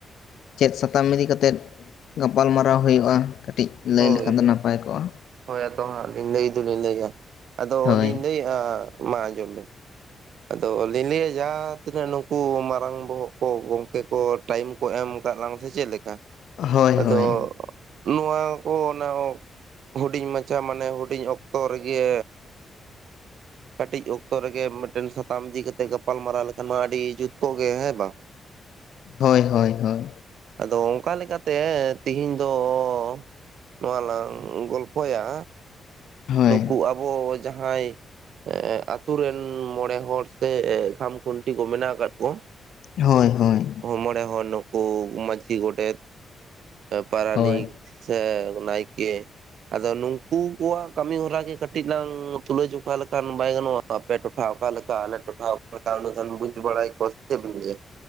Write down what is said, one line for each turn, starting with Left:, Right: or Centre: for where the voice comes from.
Left: ᱪᱮᱫ ᱥᱟᱛᱟᱢ ᱤᱫᱤ ᱠᱟᱛᱮᱫ ᱜᱟᱯᱟᱞ ᱢᱟᱨᱟᱨᱟᱣ ᱦᱩᱭᱩᱜᱼᱟ, ᱠᱟᱹᱴᱤᱡ ᱞᱟᱹᱭ
Right: ᱦᱳᱭ
Left: ᱞᱮᱠᱷᱟᱱ ᱫᱚ
Right: ᱦᱳᱭ
Left: ᱱᱟᱯᱟᱭ ᱠᱚᱜᱼᱟ
Right: ᱦᱳᱭ ᱟᱫᱚ ᱦᱟᱸᱜ ᱞᱤᱧ ᱞᱟᱹᱭ ᱫᱚᱞᱤᱧ ᱞᱟᱹᱭᱟ ᱟᱫᱚ
Left: ᱦᱳᱭ
Right: ᱞᱤᱧ ᱞᱟᱹᱭᱟ, ᱢᱟ ᱟᱸᱡᱚᱢ ᱵᱤᱱ᱾ ᱟᱫᱚ ᱟᱞᱤᱧ ᱞᱟᱹᱭᱟ ᱡᱟᱸᱦᱟᱸ ᱛᱤᱱᱟᱹᱜ ᱱᱩᱠᱩ ᱢᱟᱨᱟᱝ ᱵᱚᱦᱚᱜ ᱠᱚ ᱜᱚᱝᱠᱮ ᱠᱚ ᱴᱟᱭᱤᱢ ᱠᱚ ᱮᱢ ᱟᱠᱟᱫ ᱞᱟᱝᱼᱟ ᱥᱮ ᱪᱮᱫ ᱞᱮᱠᱟ,
Left: ᱦᱳᱭ
Right: ᱟᱫᱚ
Left: ᱦᱳᱭ
Right: ᱱᱚᱣᱟ ᱠᱚ ᱚᱱᱟ ᱦᱩᱰᱤᱧ ᱢᱟᱪᱷᱟ ᱢᱟᱱᱮ ᱦᱩᱰᱤᱧ ᱚᱠᱛᱚ ᱨᱮᱜᱮ
Left: <inaudible>
Right: ᱠᱟᱹᱴᱤᱡ ᱚᱠᱛᱚ ᱨᱮᱜᱮ ᱢᱤᱫᱴᱮᱱ ᱥᱟᱛᱟᱢ ᱤᱫᱤ ᱠᱟᱛᱮᱜ ᱜᱟᱯᱟᱞ ᱢᱟᱨᱟᱨᱟᱣ ᱞᱮᱠᱷᱟᱱ ᱢᱟ ᱟᱹᱰᱤ ᱡᱩᱛ ᱠᱚᱜ ᱜᱮᱭᱟ ᱦᱮᱸ ᱵᱟᱝ᱾
Left: ᱦᱳᱭ ᱦᱳᱭ ᱦᱳᱭ᱾
Right: ᱟᱫᱚ ᱚᱱᱠᱟ ᱞᱮᱠᱟᱛᱮ ᱛᱮᱦᱮᱧ ᱫᱚ ᱚᱻ ᱱᱚᱣᱟ ᱞᱟᱝ ᱜᱚᱞᱯᱷᱚᱭᱟ
Left: ᱦᱳᱭ
Right: ᱱᱩᱠᱩ ᱟᱵᱚ ᱡᱟᱸᱦᱟᱸᱭ ᱮ ᱟᱛᱩᱨᱮᱱ ᱢᱚᱬᱮ ᱦᱚᱲ ᱥᱮ ᱠᱷᱟᱢ ᱠᱷᱩᱱᱴᱤ ᱠᱚ ᱢᱮᱱᱟᱜ ᱟᱠᱟᱫ ᱠᱚ
Left: ᱦᱳᱭ, ᱦᱳᱭ᱾
Right: ᱦᱚ ᱢᱚᱬᱮ ᱦᱚᱲ ᱱᱩᱠᱩ ᱢᱟᱡᱷᱤ, ᱜᱚᱰᱮᱛ, ᱯᱟᱨᱟᱱᱤᱠ,
Left: ᱦᱳᱭ
Right: ᱥᱮ ᱱᱟᱭᱠᱮ ᱟᱫᱚ ᱱᱩᱝᱠᱩ ᱠᱚᱣᱟᱜ ᱠᱟᱹᱢᱤ ᱦᱚᱨᱟ ᱜᱮ ᱠᱟᱹ -ᱴᱤᱡ ᱞᱟᱝ ᱛᱩᱞᱟᱹ ᱡᱚᱠᱦᱟ ᱞᱮᱠᱷᱟᱱ ᱵᱟᱭ ᱜᱟᱱᱚᱜᱼᱟ ᱟᱯᱮ ᱴᱚᱴᱷᱟ ᱚᱠᱟ ᱞᱮᱠᱟ ᱟᱞᱮ ᱴᱚᱴᱷᱟ ᱚᱠᱟ ᱞᱮᱠᱟ ᱩᱱᱟᱹᱜ ᱜᱟᱱ ᱵᱩᱡᱽ ᱵᱟᱲᱟᱭ ᱠᱚ ᱡᱮ ᱪᱮᱫ ᱵᱤᱱ ᱞᱟᱹᱭᱟ?